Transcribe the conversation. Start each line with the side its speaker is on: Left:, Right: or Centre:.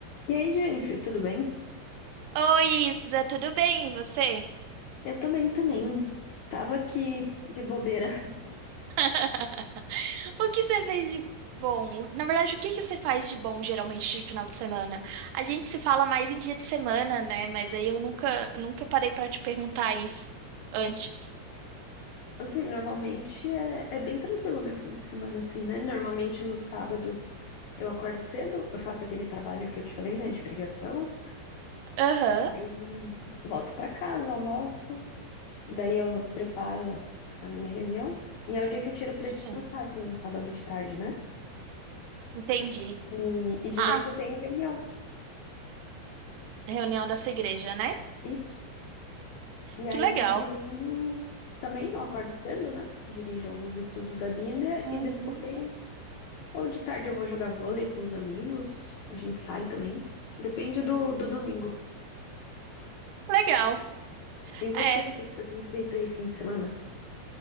Left: E aí, Jennifer, tudo bem?
Right: Oi, Isa, tudo bem? E você?
Left: Eu tô bem também. Tava aqui de bobeira. <laughs>
Right: <laughs> E, O que você fez de bom? O- Na verdade, o que que você faz de bom geralmente de final de semana? A gente se fala mais em dia de semana, né? Mas aí eu nunca, nunca parei pra te perguntar isso antes.
Left: Assim, normalmente é, é bem tranquilo meu fim de semana, assim, né? Normalmente no sábado eu acordo cedo, eu faço aquele trabalho que eu te falei, né, de pregação.
Right: Aham,
Left: Aí volto pra casa, almoço, daí eu preparo a minha reunião. E é o dia que eu tiro pra
Right: sim,
Left: descansar, assim, no sábado de tarde, né?
Right: entendi.
Left: E, e de
Right: Ah,
Left: noite eu tenho reunião.
Right: reunião dessa igreja, né?
Left: Isso. E aí
Right: Que legal.
Left: no domingo também eu acordo cedo, né? Dirijo alguns estudos da Bíblia
Right: Uhum,
Left: e depois, ou de tarde eu vou jogar vôlei com os amigos, a gente sai também. Depende do, do domingo.
Right: legal.
Left: E você,
Right: É.
Left: o que que você tem feito aí fim de semana?